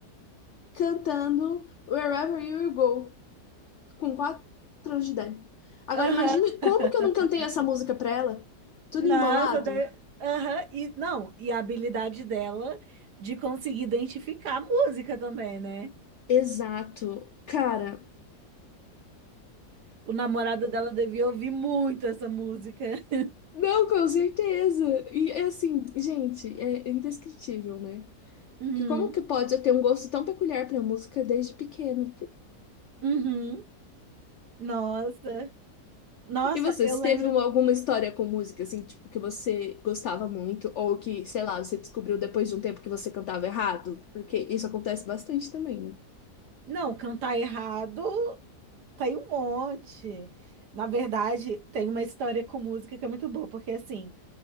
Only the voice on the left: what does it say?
cantando Wherever You Go, com quatro anos de idade. Agora
imagine
como que eu não cantei essa música pra ela, tudo
embolado.
Exato. Cara,
não, com certeza. E é assim, gente, é indescritível, né?
Que como que pode eu ter um gosto tão peculiar pra música desde pequena?
E você,
se
teve uma- alguma história com música, assim, tipo, que você gostava muito, ou que, sei lá, você descobriu depois de um tempo que você cantava errado? Porque isso acontece bastante também, né?